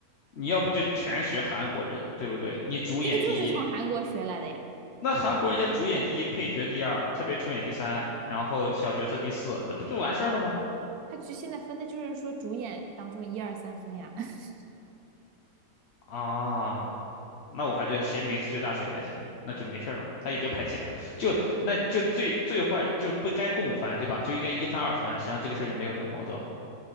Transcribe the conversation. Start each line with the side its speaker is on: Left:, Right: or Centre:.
Left: 你要不就全学韩国人，对不对？你主演第一，
Right: 这个就是从韩国学来的呀，
Left: 那韩国人家主演第一，配角第二，特别出演第三，然后小角色第四，那不就完事儿了吗？
Right: 他只现在分的就是说主演当中一二三分呀。<laughs>
Left: 啊，那我还觉得谁名气最大谁排前面，那就没事儿了。他已经排前面了，就那就最最坏就不该共犯，对吧？就应该一翻二翻，实际上这个事儿就没有这个矛盾了。